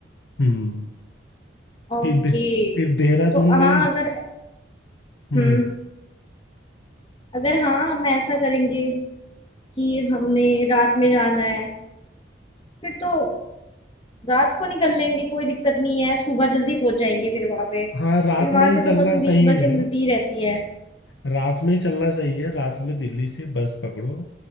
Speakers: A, on the left; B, on the left.
A: हम्म
B: ओके
A: फिर दे, फिर देहरादून
B: तो
A: में
B: हाँ अगर
A: हम्म
B: हम्म अगर हाँ हम ऐसा करेंगे कि हमने रात में जाना है फिर तो रात को निकल लेंगे कोई दिक्कत नहीं है सुबह जल्दी पहुंच जाएंगे फिर वहां पे
A: हाँ रात
B: फिर वहां
A: में ही
B: से तो
A: चलना
B: मसूरी
A: सही
B: की बसें
A: है
B: मिलती ही रहती है
A: रात में ही चलना सही है रात में दिल्ली से बस पकड़ो